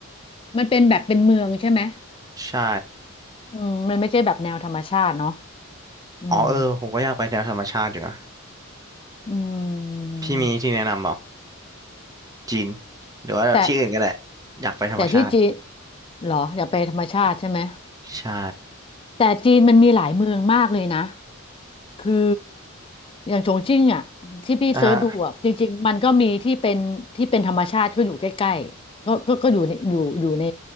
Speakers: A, on the left; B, on the right.
A: มันเป็นแบบเป็นเมืองใช่ไหม
B: ใช่
A: อืมมันไม่ใช่แบบแนวธรรมชาติเนาะอืม
B: อ๋อเออผมก็อยากไปแนวธรรมชาติอยู่นะ
A: อื
B: พี่มีที่แนะนำเปล่า
A: ม
B: จีนหรือว่าที่อื่นก็ได้
A: แต่
B: อยากไปธรรมชาติ
A: แต่ที่จีนเหรออยากไปธรรมชาติใช่ไหม
B: ใช่
A: แต่จีนมันมีหลายเมืองมากเลยนะ คืออย่างชงชิ่งอ่ะที่พี่เซิร์ชดูอ่ะจริงๆมันก็มีที่เป็นที่เป็นธรรมชาติก็อยู่ใกล้ๆก็ก็ก็อยู่ในอยู่อยู่ใน
B: อ่ะฮะ